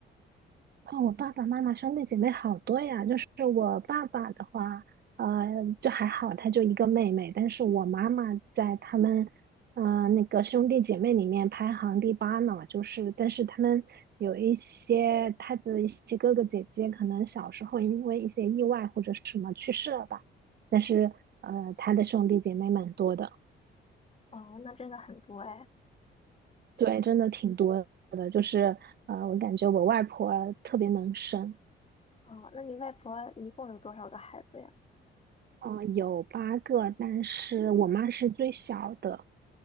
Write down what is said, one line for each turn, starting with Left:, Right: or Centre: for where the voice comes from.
Right: 哦，我爸爸妈妈兄弟姐妹好多呀。就是我爸爸的话，呃，就还好，他就一个妹妹。但是我妈妈在他们，呃，那个兄弟姐妹里面排行第八呢。就是，但是他们有一些他的一些哥哥姐姐，可能小时候因为一些意外或者什么去世了吧。但是，呃，他的兄弟姐妹蛮多的，
Left: 哦，那真的很多哎。
Right: 对，真的挺多的。就是，呃，我感觉我外婆特别能生。
Left: 哦，那你外婆一共有多少个孩子呀？
Right: 嗯、呃有八个，但是我妈是最小的。